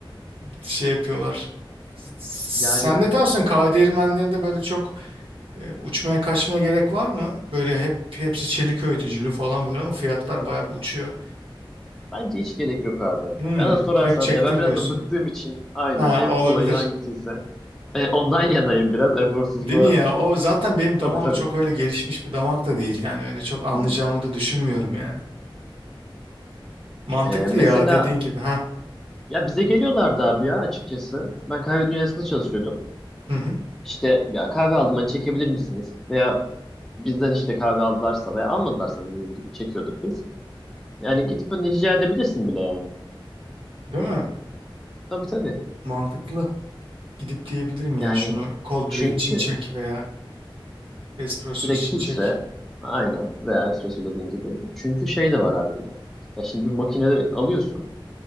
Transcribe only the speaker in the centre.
Yani
bence hiç gerek yok abi.
Bana sorarsan
ya ben biraz
da bıktığım için aynen
en
kolayı
hangisiyse e, ondan <laughs> yanayım biraz eforsuzluğa.
Tabii tabii.
Hı hı.
E, mesela
ya bize geliyorlardı abi ya açıkçası. Ben kahve dünyasında çalışıyordum.
İşte ya kahve aldım hani çekebilir misiniz? Veya bizden işte kahve aldılarsa veya almadılarsa dediğim gibi çekiyorduk biz. Yani gidip hani rica edebilirsin bile yani.
Tabii tabii.
Yani
çünkü
direkt
filtre
aynen veya espresso dediğin gibi. Çünkü şey de var abi bir de. Ya şimdi bir makinede alıyorsun.